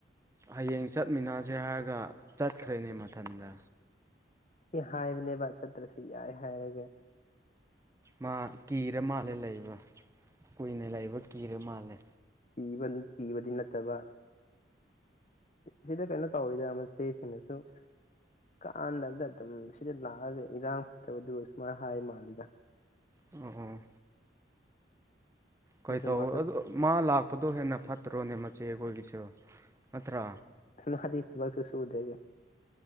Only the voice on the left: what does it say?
ꯁꯤ ꯍꯥꯏꯕꯅꯦꯕ ꯆꯠꯇ꯭ꯔꯁꯨ ꯌꯥꯏ ꯍꯥꯏꯔꯒꯦ
ꯒꯤꯕ ꯒꯤꯕꯗꯤ ꯅꯠꯇꯕ ꯁꯤꯗ ꯀꯩꯅꯣ ꯇꯧꯋꯤꯗ ꯃꯆꯦ ꯀꯩꯅꯣꯁꯨ ꯀꯥꯟꯅꯕꯗ ꯑꯗꯨꯝ ꯁꯤꯗ ꯂꯥꯛꯑꯒ ꯏꯔꯥꯡ ꯐꯠꯇꯕꯗꯨ ꯁꯨꯃꯥꯏꯅ ꯍꯥꯏ ꯃꯥꯜꯂꯤꯗ
ꯑꯗꯨꯁꯨ
ꯃꯥꯁꯨ
ꯃꯗꯤ ꯊꯕꯛꯁꯨ ꯁꯨꯗꯦꯅꯦ